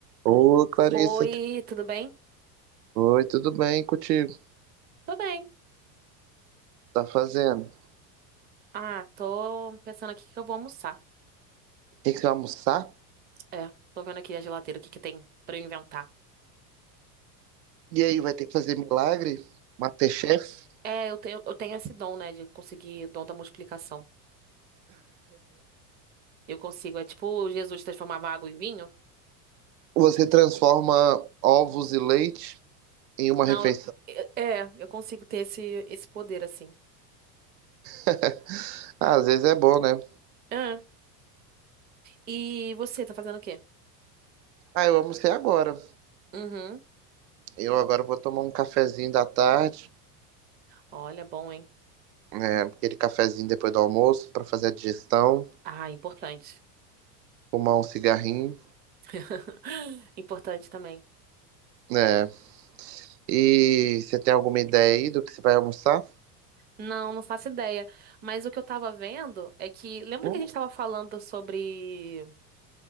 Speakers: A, on the right; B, on the right.
A: Ô, Clarissa.
B: Oi, tudo bem?
A: Oi, tudo bem contigo?
B: Tô bem.
A: Tá fazendo? O
B: Ah, tô pensando aqui o que eu vou almoçar.
A: que que você vai almoçar?
B: É, tô vendo aqui a geladeira, o que que tem pra eu inventar.
A: E aí, vai ter que fazer milagre? MasterChef?
B: É, eu tenho, eu tenho esse dom, né, de conseguir dom da multiplicação. Eu consigo, é tipo Jesus transformava água em vinho.
A: Você transforma ovos e leite em uma
B: Não,
A: refeição.
B: é, é, eu consigo ter esse, esse poder, assim.
A: <laughs> Ah, às vezes é bom, né?
B: Ah, e você, tá fazendo o quê?
A: Ah, eu almocei agora.
B: Uhum.
A: Eu agora vou tomar um cafezinho da tarde,
B: Olha, bom, hein?
A: né? Aquele cafezinho depois do almoço pra fazer a digestão,
B: Ah, importante.
A: fumar um cigarrinho,
B: <laughs> Importante também.
A: né? E você tem alguma ideia aí do que você vai almoçar?
B: Não, não faço ideia. Mas o que eu tava vendo é que. Lembra
A: Hum,
B: que a gente tava falando sobre